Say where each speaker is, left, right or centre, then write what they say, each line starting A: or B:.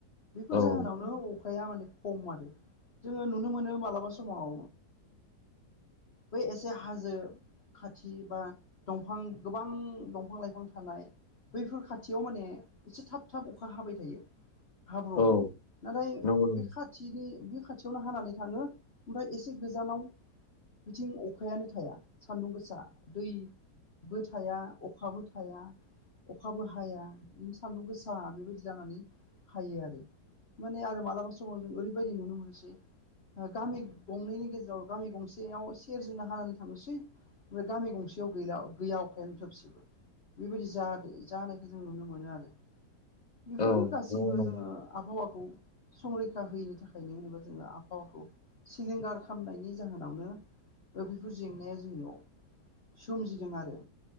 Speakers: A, on the left; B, on the left.
A: बेफोर
B: औ
A: जाहोनावनो
B: औ नंगौ औ नंगौ औ
A: अखाया माने खम आरो जोङो नुनो मोनो मालाबा समाव बै एसे हाजो खाथि बा दंफां गोबां दंफां बिफां लाइफां थानाय बैफोर खाथियाव माने एसे थाब थाब अखा हाबाय थायो हाब्रबो
B: औ औ
A: नाथाय
B: नंगौ
A: बे खाथि खाथिनि बे खाथियावनो हानानै थाङो ओमफ्राय एसे गोजानाव बिथिं अखायानो थाया सान्दुं गोसा दैबो थाया अखा अखाबो थाया अखाबो हाया सान्दुं गोसा बेबायदि जानानै हायो आरो माने आरो मालाबा समाव जों ओरैबायदि नुनो मोनोसै गामि गंनैनि गेजेराव गामि गंसेयाव सेरजोंनो हानानै थांनोसै ओमफ्राय गामि गंसेयाव गैला गैया अखायानो थोबसेबो बेबायदि जानायखौ जों नुनो मोनो आरो बेफोरनो
B: औ
A: गासैबो
B: नंगौ नंगौ
A: जोङो आबौ आखौ संरैखा होयिनि थाखायनो होनोबा जोङो आब'हावाखौ सिलिंगार खालामामनायनि जाहोनावनो दा बेफोर जेंनाया जोंनियाव सोमजिदों आरो